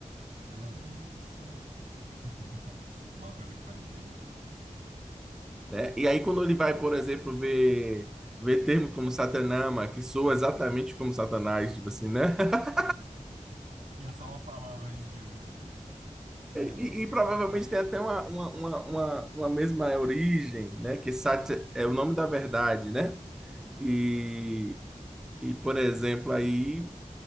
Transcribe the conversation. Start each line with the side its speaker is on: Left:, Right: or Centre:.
Right: Meu Deus do céu. <laughs> Uma coisa que faz bem para pessoa.
Centre: né? E
Right: É duro.
Centre: aí quando ele vai, por exemplo, ver ver termos como Satanama, que soa exatamente como Satanás, tipo assim, né? <laughs>
Right: E é só uma palavra em indiano, né? Né, Nem
Centre: E,
Right: é indiano,
Centre: e provavelmente
Right: é o que é?
Centre: tem até uma,
Right: É em
Centre: uma,
Right: sutra.
Centre: uma, uma, uma mesma origem, né? Que Sat é o nome da verdade, né? E,
Right: Sei,
Centre: e por exemplo, aí,